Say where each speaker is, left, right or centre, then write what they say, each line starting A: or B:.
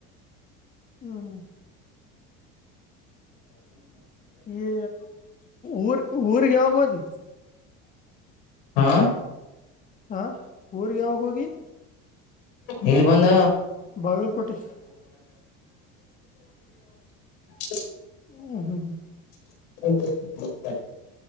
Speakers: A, on the left (about 25°); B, on the left (about 85°).
A: ಹ್ಮ್. ಇ ಊರ್ ಊರ ಗಾವ ಗತಿ.
B: ಹಾ.
A: ಹ ಊರ್ಗೆ ಯಾವಾಗ ಹೋಗಿ.
B: ಇಲ್ಲಿ ಬಂದ.
A: ಬಾಗಲಕೋಟೆ
B: <unintelligible>
A: ಹ ಹ್ಮ ಹ್ಮ.
B: <unintelligible>